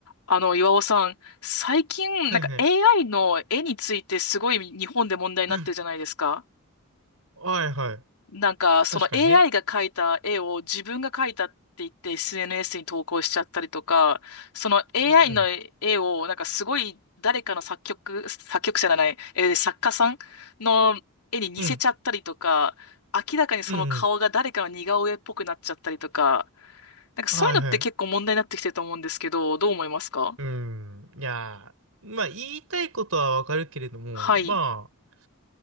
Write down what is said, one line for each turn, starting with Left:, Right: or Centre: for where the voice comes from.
Left: あの、岩尾さん、最近、
Right: はいはい。
Left: なんか AI の絵についてすごい日本で問題になってるじゃないですか。
Right: <clears throat> はいはい。
Left: なんか、その
Right: 確かにね。
Left: AI が描いた絵を自分が描いたって言って SNS に投稿しちゃったりとか、その AI
Right: うん
Left: の絵を、なんかすごい誰かの作曲、作曲者じゃない、えー作家さんの絵に似せちゃったりとか、
Right: うん。うん
Left: 明らかにその顔が誰かの似顔絵っぽくなっちゃったりとか、
Right: うん
Left: なんかそういうのって結構問題になってきてると思うんですけど、
Right: うん。はいはい。
Left: どう思いますか
Right: うん。いやー、まあ言いたいことはわかるけれども、
Left: はい。
Right: まあ、